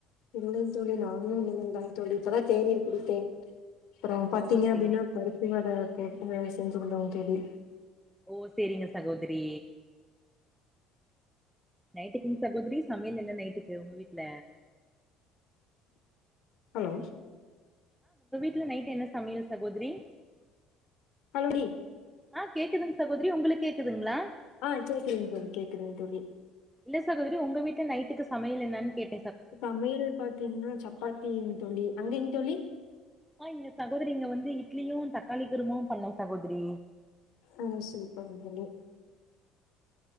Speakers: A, on the left; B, in the centre.
A: இல்ல தோழி நாங்களோ இனிமே தா தோழி இப்பதா தேனீர் குடித்தேன் அப்புறோ பாத்தீங்க
B: ஓ சேரி
A: அப்டீன்னா பருப்பு வட பருப்பு வட செஞ்சிருந்தோ தோழி
B: ஓ செரிங்க சகோதரி நைட்டுக்குங்க சகோதரி சமையல் என்ன நைட்டுக்கு உங்க வீட்ல
A: ஹலோ
B: இல்ல நைட் என்ன சமையல் சகோதரி
A: ஹலோ டி
B: ஆ கேக்குதுங்க சகோதரி உங்குளுக் கேக்குதுங்களா
A: ஆ கேக்குதுங்க தோழி கேக்குதுங்கு தோழி
B: இல்ல சகோதரி உங்க வீட்டல நைட்டுக்கு சமையல் என்னன் கேட்
A: சமையல் பாத்தீங்ன்னா சப்பாத்தியிங் தோழி அங்கைங்க் தோழி
B: ஆ இங்க சகோதரி இங்க வந்து இட்லியு தக்காளி குருமாவு பண்ணோ சகோதரி
A: ஆ சூப்பர்ங்க் தோழி